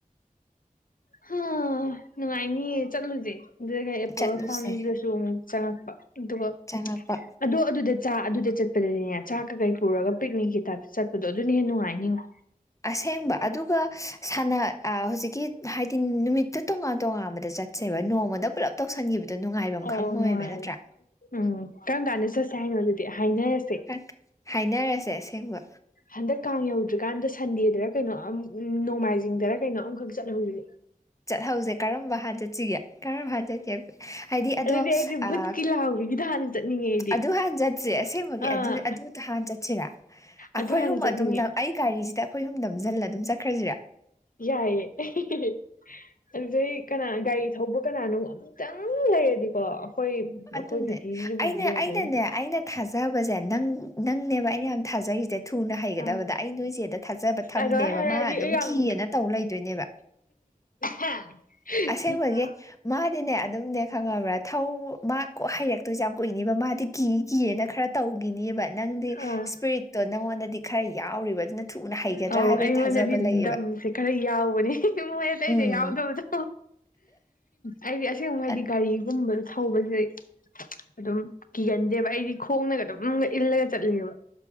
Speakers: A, on the left; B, on the left.
A: ꯍ ꯅꯨꯡꯉꯥꯏꯅꯤꯌꯦ ꯆꯠꯂꯨꯁꯦ ꯑꯗꯨꯒ ꯑꯦꯄꯜ
B: ꯆꯠꯂꯨꯁꯦ
A: ꯐ꯭ꯔꯥꯝꯗꯁꯨ ꯑꯃꯨꯛ ꯆꯪꯉꯛꯄ ꯑꯗꯨꯒ
B: ꯆꯪꯉꯛꯄ
A: ꯑꯗꯣ ꯑꯗꯨꯗ ꯆꯥ ꯑꯗꯨꯗ ꯆꯠꯄꯗꯗꯤꯅꯦ ꯆꯥꯛ ꯀꯀꯩ ꯄꯨꯔꯒ ꯄꯤꯛꯅꯤꯛꯀꯤ ꯇꯥꯏꯞꯇ ꯆꯠꯄꯗꯣ ꯑꯗꯨꯅ ꯍꯦꯟꯅ ꯅꯨꯡꯉꯥꯏꯅꯤꯉꯣ
B: ꯑꯁꯦꯡꯕ ꯑꯗꯨꯒ ꯁꯅ ꯑ ꯍꯧꯖꯤꯛꯀꯤ ꯍꯥꯏꯗꯤ ꯅꯨꯃꯤꯠꯇꯣ ꯇꯣꯉꯥꯟ ꯇꯣꯉꯥꯟꯕꯗ ꯆꯠ ꯁꯦꯕ ꯅꯣꯡꯃꯗ ꯄꯨꯂꯞ ꯇꯧꯁꯟꯈꯤꯕꯗꯣ ꯅꯨꯡꯉꯥꯏꯕꯝ
A: ꯑꯣ
B: ꯈꯪꯉꯧꯏꯕ
A: ꯅꯨꯡꯉꯥꯏꯔꯦ
B: ꯅꯠꯇ꯭ꯔꯥ
A: ꯎꯝ ꯀꯔꯝ ꯀꯥꯟꯗ ꯆꯠꯁꯦ ꯍꯥꯏꯅꯣ ꯑꯗꯨꯗꯤ ꯍꯥꯏꯅꯔꯁꯦ
B: ꯈꯔ ꯍꯥꯏꯅꯔꯁꯦ ꯑꯁꯦꯡꯕ
A: ꯍꯟꯗꯛ ꯀꯥꯡ ꯌꯧꯗ꯭ꯔꯤꯀꯥꯟꯗ ꯁꯟꯗꯦꯗꯔ ꯀꯩꯅꯣ ꯑꯃꯝ ꯅꯣꯡꯃꯥꯏꯖꯤꯡꯗꯔ ꯀꯩꯅꯣ ꯑꯝꯈꯛ ꯆꯠꯍꯧꯁꯦ
B: ꯆꯠꯍꯧꯁꯦ ꯀꯔꯝꯕ ꯍꯥꯟ ꯆꯠꯁꯤꯒꯦ ꯀꯔꯝꯕ ꯍꯥꯟ ꯆꯠꯁꯤ ꯒꯦ ꯍꯥꯏ ꯍꯥꯏꯗꯤ ꯑꯗꯣ
A: ꯑꯗꯨꯗꯤ ꯑꯩꯗꯤ
B: ꯑꯥ
A: ꯕꯨꯠꯀꯤ ꯂꯥꯎꯕꯤꯒꯤꯗ ꯍꯥꯟꯅ ꯆꯠꯅꯤꯡꯉꯦ ꯑꯩꯗꯤ
B: ꯑꯗꯨ ꯍꯥꯟ ꯆꯠꯁꯦ ꯑꯁꯦꯡꯕꯒꯤ
A: ꯑꯥ
B: ꯑꯗꯨꯗ ꯑꯗꯨꯗ ꯍꯥꯟ ꯆꯠꯁꯤꯔꯥ ꯑꯩꯈꯣꯏ
A: ꯑꯗꯨ ꯍꯥꯟꯅ
B: ꯑꯍꯨꯝ
A: ꯆꯠꯅꯤꯡꯉꯦ
B: ꯑꯗꯨꯝ ꯅꯝ ꯑꯩ ꯒꯥꯔꯤꯁꯤꯗ ꯑꯩꯈꯣꯏ ꯑꯍꯨꯝ ꯅꯝꯁꯤꯜꯂ ꯑꯗꯨꯝ ꯆꯠꯈ꯭ꯔꯁꯤꯔꯥ
A: ꯌꯥꯏꯌꯦ <unintelligible> ꯑꯗꯨꯗꯩ ꯀꯅꯥ ꯒꯥꯔꯤ ꯊꯧꯕ ꯀꯅꯥꯅꯣ ꯑꯃꯨꯛꯇꯪ ꯂꯩꯔꯗꯤꯀꯣ ꯑꯩꯈꯣꯏ
B: ꯑꯗꯨꯅꯦ
A: ꯑꯩꯈꯣꯏ
B: ꯑꯩꯅ
A: <inaudible> ꯌꯥꯕꯅ
B: ꯑꯩꯅꯅꯦ ꯑꯩꯅ ꯊꯥꯖꯕꯁꯦ ꯅꯪ ꯅꯪꯅꯦꯕ ꯑꯩ ꯌꯥꯝ ꯊꯥꯖꯩ ꯁꯦ ꯊꯨꯅ ꯍꯩꯒꯗꯕꯗ
A: ꯑꯥ
B: ꯑꯩ ꯅꯣꯏ ꯆꯦꯗ ꯊꯥꯖꯕ ꯊꯝꯗꯦꯕ
A: ꯑꯗꯨꯃꯥꯏ ꯍꯥꯏꯔꯛꯑꯗꯤ
B: ꯃꯥ ꯑꯗꯨꯝ
A: ꯑꯩ ꯌꯥꯝ
B: ꯀꯤꯅ ꯇꯧ ꯂꯩꯗꯣꯏꯅꯦꯕ
A: ꯍꯥ <inaudible>
B: ꯑꯁꯦꯡꯕꯒꯤ ꯃꯥꯗꯤꯅꯦ ꯑꯗꯨꯝꯅꯦ ꯈꯪꯉꯕ꯭ꯔꯥ ꯊꯧ ꯃꯥ ꯀꯣ ꯍꯩꯔꯛꯇꯣꯏꯁꯦ ꯌꯥꯝ ꯀꯨꯏꯅꯦꯕ ꯃꯥꯗꯤ ꯀꯤ ꯀꯤꯌꯦꯅ ꯈꯔ ꯇꯧꯒꯤꯅꯤꯕ ꯅꯪꯗꯤ
A: ꯑꯥ
B: ꯏꯁꯄꯤꯔꯤꯠ ꯇꯣ ꯅꯪꯉꯣꯟꯗꯗꯤ ꯈꯔ ꯌꯥꯎꯔꯤꯕ ꯑꯗꯨꯅ ꯊꯨꯅ ꯍꯩꯒꯗ꯭ꯔꯥ
A: ꯑꯧ
B: ꯍꯥꯏꯕꯒꯤ
A: ꯑꯩꯉꯣꯟꯗꯗꯤ
B: ꯊꯥꯖꯕ ꯂꯩꯌꯦꯕ
A: ꯗꯝꯁꯦ ꯈꯔ ꯌꯥꯎꯕꯅꯦ <unintelligible> ꯃꯣꯏ ꯑꯇꯩꯗ
B: ꯎꯝ
A: ꯌꯥꯎꯗꯕꯗꯣ ꯑꯩꯗꯤ ꯑꯁꯦꯡꯕ ꯍꯥꯏꯗꯤ
B: ꯑ-
A: ꯒꯥꯔꯤꯒꯨꯝꯕꯗ ꯊꯧꯕꯁꯦ ꯑꯗꯨꯝ ꯀꯤꯒꯟꯗꯦꯕ ꯑꯩꯗꯤ ꯈꯣꯡꯅꯒ ꯑꯗꯨꯝꯒ ꯏꯜꯂꯒ ꯆꯠꯂꯦꯕ